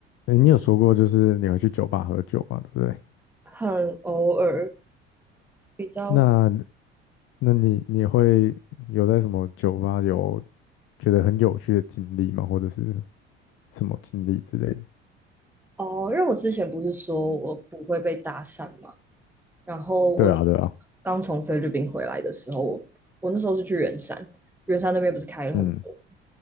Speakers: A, on the left; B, in the centre.
A: 哎，你有说过就是你会去酒吧喝酒嘛，对不对？
B: 很偶尔，比较
A: 那那你你会有在什么酒吧有觉得很有趣的经历吗？或者是什么经历之类的？
B: 哦，因为我之前不是说我不会被搭讪嘛，然后我
A: 对啊，对啊，
B: 刚从菲律宾回来的时候，我我那时候是去圆山，圆山那边不是开了很多，
A: 嗯，